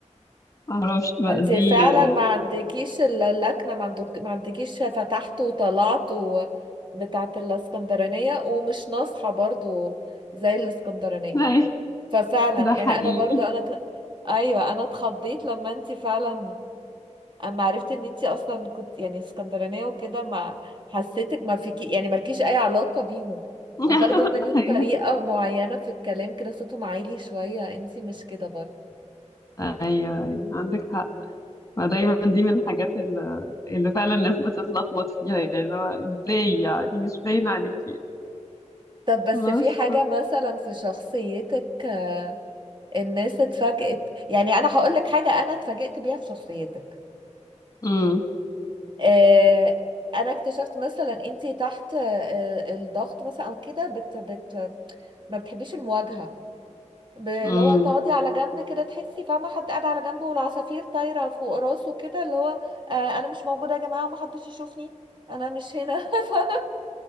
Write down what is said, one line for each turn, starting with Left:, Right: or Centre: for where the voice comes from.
Left: معرفش بقى
Right: انت
Left: دي
Right: فعلا
Left: آه،
Right: ما عندكيش ال- اللكنه ما عندك ما عندكيش فتحت وطلعت و... بتاعه الاسكندرانيه ومش ناصحه برضه زي الاسكندرانيه
Left: أي،
Right: ففعلا
Left: ده
Right: يعني
Left: حقيقي
Right: انا برضه انا ت... ايوه انا اتخضيت لما انت فعلا اما عرفت ان انتي اصلا كنت يعني اسكندرانيه وكده ما حسيتك ما فيكي يعني مالكيش اي علاقه بيهم
Left: <laughs>
Right: وبرضه هما ليهم
Left: ايوه
Right: طريقه معينه في الكلام كده صوتهم عالي شويه انتي مش كده برضه
Left: ايوه ايوه عندك حق فدايما دي من الحاجات اللي, اللي فعلا الناس بتتلخبط فيها يعني لو ازاي يعني مش باين عليكي
Right: طب بس
Left: بس
Right: في حاجه مثلا في شخصيتك آه، الناس اتفاجئت يعني انا هقول لك حاجه انا اتفاجئت بيها في شخصيتك
Left: امم
Right: آه، انا اكتشفت مثلا انتي تحت آه، الضغط مثلا او كده بت بت ما بتحبيش المواجهه ب- اللي
Left: امم
Right: هو تقعدي على جنب كده تحسي فاهمة حد قاعد على جنبه والعصافير طايرة فوق راسه كده اللي هو آه أنا مش موجودة يا جماعة محدش يشوفني أنا مش هنا <laughs>